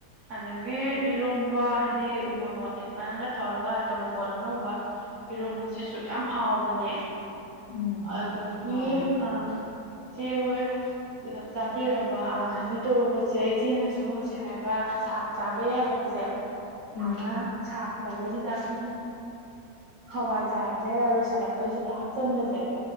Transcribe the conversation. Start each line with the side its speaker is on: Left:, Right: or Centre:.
Right: ꯑꯗꯒꯤ ꯏꯔꯣꯝꯕ ꯍꯥꯏꯗꯤ ꯎ ꯃꯣꯔꯣꯇꯦꯛꯄꯅꯪꯒ ꯇꯧꯔꯒ ꯇꯣꯔꯣꯕꯣꯠ ꯑꯅꯧꯕ ꯏꯔꯣꯟꯕꯁꯤꯁꯨ ꯌꯥꯝ ꯍꯥꯎꯕꯅꯦ
Left: ꯎꯝ
Right: ꯑꯗꯒꯤ
Left: ꯍꯥꯎꯋꯦ
Right: ꯑ ꯁꯤ ꯍꯣꯏ ꯆꯥꯕꯤꯔꯕ ꯑꯥ ꯍꯥꯏꯗꯤ ꯇꯣꯔꯣꯕꯣꯠꯁꯦ ꯏꯆꯦꯅꯁꯨ ꯍꯧꯖꯤꯛ ꯍꯥꯏꯕ ꯁꯥꯛ ꯆꯥꯕ ꯌꯥꯏ ꯍꯥꯏꯕꯁꯦ
Left: ꯎꯝ
Right: ꯃꯥꯅ ꯁꯥꯔ ꯇꯧꯕꯁꯤꯗ ꯑꯩꯈꯣꯏꯅ ꯍꯋꯥꯏꯖꯥꯔꯁꯦ ꯂꯣꯏꯁꯤꯜꯂꯛꯄꯩꯁꯤꯗ ꯍꯥꯞꯆꯤꯟꯕꯁꯦ